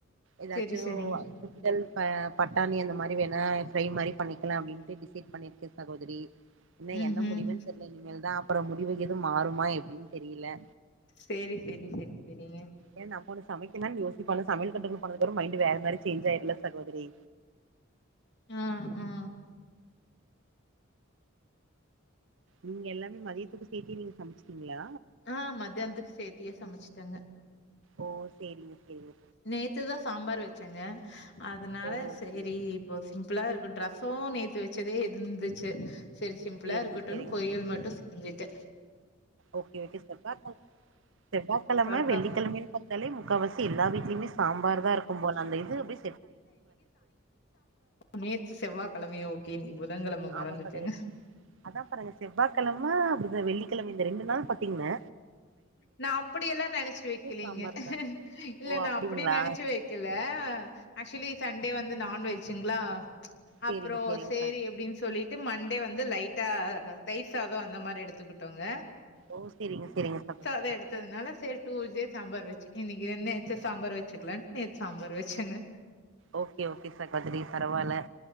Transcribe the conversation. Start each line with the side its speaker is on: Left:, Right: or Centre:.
Right: எதாச்சு
Left: செரி செரிங்க
Right: சுண்டல் ப பட்டாணி அந்த மாரி வேணா ஃப்ரை மாரி பண்ணிக்லா அப்டின்ட்டு டிசைட் பண்ணிருக்கு சகோதரி இன்னு
Left: ம்
Right: என்ன முடிவுன்
Left: ம்
Right: தெர்ல இனிமேல்தா அப்றோ முடிவு எது மாறுமா எப்டின் தெரில
Left: சேரி சேரி சேரி சேரிங்க
Right: ஏ நம்ம ஒன்னு சமைக்கனுன் யோசிப்போல சமையல் கட்டுக்கு போனதுக்கப்றோ மைன்டு வேற மாரி சேஞ்சாய்ருல சகோதரி
Left: ஆ ஆ
Right: நீங்க எல்லாமே மதியத்துக்கு சேத்தே நீங்க சமச்ட்டீங்ளா
Left: ஆ மதியானத்துக்கு சேத்தியே சமச்சிட்டேங்க
Right: ஓ செரிங்க செரி
Left: நேத்து தா சாம்பார் வச்சேங்க அதனால
Right: ஓ ஓகே
Left: சேரி இப்போ சிம்பிளா இருக்கட் ரசோ நேத்து வச்சதே இருந்துச்சு செரி சிம்பிளா
Right: சேரிங்க
Left: இருக்கட்டுன்னு
Right: சேரிங்க
Left: பொரியல்
Right: ச
Left: மட்டு செஞ்சுட்ட
Right: ஓகே ஓகே செவ்வாகெழம செவ்வாகெழம
Left: சொரக்கா
Right: வெள்ளிகெழமனு பாத் தாலே முக்காவாசி எல்லா வீட்லயுமே சாம்பார்தா இருக்கும் போல அந்த இது அப்டி
Left: நேத்து செவ்வாகெழமயோ ஓகே இன்னிக்கி புதன் கெழம மறந்துட்டங்க
Right: ஆமா சகோதரி அதா பாருங்க செவ்வாகெழம புத வெள்ளிகெழம இந்த ரெண்டு நாள் பாத்தீங்ன்ன
Left: நா அப்படி எல்லா நெனச்சு வெக்கலீங்க
Right: சாம்பார் தா
Left: இல்ல
Right: ஓ
Left: நா
Right: அப்டிங்களா
Left: அப்படி நெனச்சு வெக் கல அக்சுவ்லி சண்டே வந்து நான் வெஜ்ஜுங்ளா
Right: சேரிங்க
Left: அப்புறோ
Right: சேரிங்க
Left: சேரி
Right: ச
Left: அப்டின் சொல்லி ட்டு மண்டே வந்து லைட்டா தயிர் சாதோ அந்த மாரி எடுத்துக்குட்டோங்க
Right: ஓ செரிங்க செரிங்க சகோதரி
Left: தே எடுத்ததுனால செரி டூ சே சாம்பார் வச்சு இன்னைக்கு நேத்து சாம்பார் வச்சுக்லா நேத்து சாம்பார் வச்சேங்க
Right: ஓகே ஓகே சகோதரி பரவால்ல